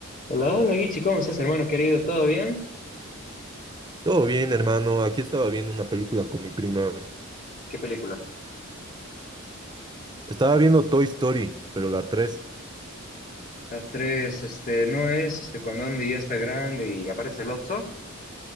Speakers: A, on the left; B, on the right.
A: Hola, hola Guichi, ¿cómo estás, hermano querido? ¿Todo bien?
B: Todo bien, hermano. Aquí estaba viendo una película con mi prima.
A: ¿Qué película?
B: Estaba viendo Toy Story, pero la tres.
A: La 3, este, no es, este, cuando Andy ya está grande y aparece Lotso.